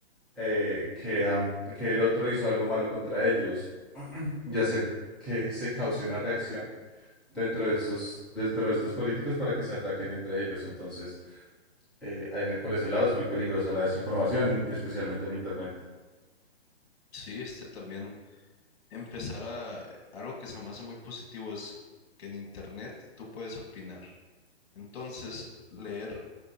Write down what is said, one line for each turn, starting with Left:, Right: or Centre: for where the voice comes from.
Centre: eh, que, am- que el otro hizo algo malo contra ellos <clears throat> y hacer que se cause una reacción dentro de estos, dentro de estos políticos para que se ataquen entre ellos. Entonces, eh, en- por ese lado es muy peligrosa la desinformación, y especialmente en Internet.
Left: Sí, este también. empezar a algo que se me hace muy positivo es que en internet tú puedes opinar. Entonces, leer,